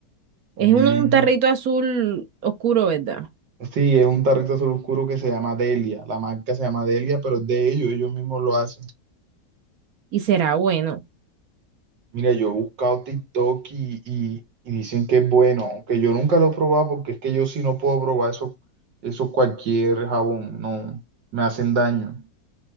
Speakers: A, on the right; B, on the right.
A: Es
B: Mm,
A: un, un tarrito azul oscuro, ¿verdad?
B: sí, es un tarrito azul oscuro que se llama Delia. La marca se llama Delia, pero es de ellos, ellos mismos lo hacen.
A: Y será bueno.
B: Mira, yo he buscado TikTok y, y- y dicen que es bueno, aunque yo nunca lo he probado porque es que yo sí no puedo probar eso, eso cualquier jabón, no, me hacen daño.